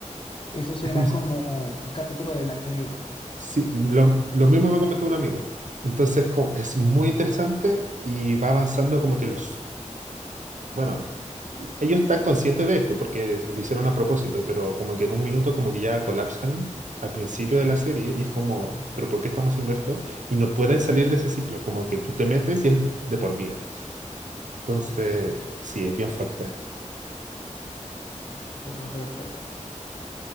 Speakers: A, on the left; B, on the right.
A: Eso suena
B: Es como, si-
A: como un capítulo de Black Mirror.
B: Sí, lo, lo mismo me comentó un amigo. Entonces, como- es muy interesante y va avanzando como que los, bueno, l- ellos están conscientes de esto porque es- lo hicieron a propósito, pero como que en un minuto como que ya colapsan al principio de la serie y es como, pero ¿por qué estamos haciendo esto? Y no pueden salir de ese ciclo, como que tú te metes y es de por vida. Entonces,
A: Uy,
B: sí, es bien fuerte.
A: no, feo, feo, feo.